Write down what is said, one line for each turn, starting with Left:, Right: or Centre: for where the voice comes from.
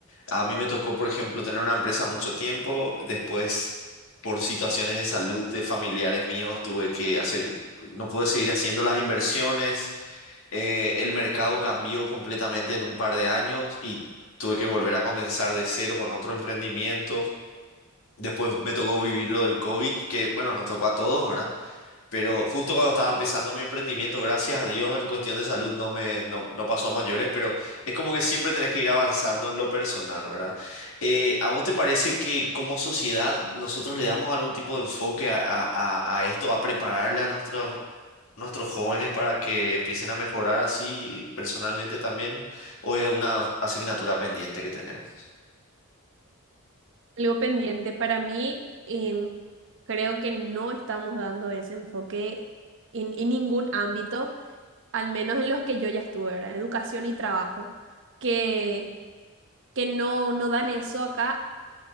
Left: A mí me tocó, por ejemplo, tener una empresa mucho tiempo, después por situaciones de salud de familiares míos tuve que hacer, no pude seguir haciendo las inversiones, eh, el mercado cambió completamente en un par de años y tuve que volver a comenzar de cero con otro emprendimiento. Después me tocó vivir lo del COVID, que bueno, nos tocó a todos, ¿verdad? Pero justo cuando estaba empezando mi emprendimiento, gracias a Dios, en cuestión de salud no me no, no pasó a mayores, pero es como que siempre tenés que ir avanzando en lo personal, ¿verdad? Eh, ¿a vos te parece que como sociedad nosotros le damos algún tipo de enfoque a, a- a- a esto, a prepararle a nuestros, nuestros jóvenes para que empiecen a mejorar así personalmente también? ¿O es una asignatura pendiente que tenemos?
Right: Algo pendiente para mí, em, creo que no estamos dando ese enfoque en, en ningún ámbito, al menos en los que yo ya estuve, ¿verdad? Educación y trabajo, que, que no, no dan eso acá.